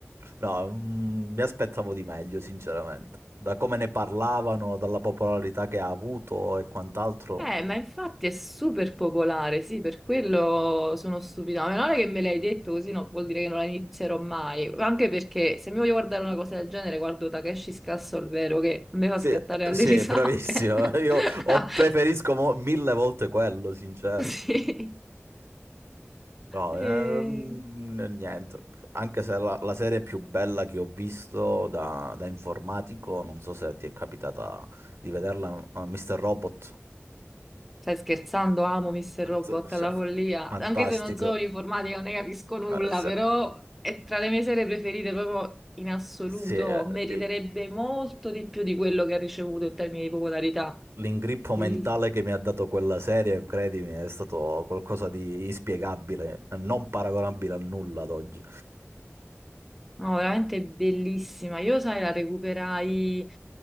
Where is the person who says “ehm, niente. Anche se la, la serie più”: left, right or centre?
Right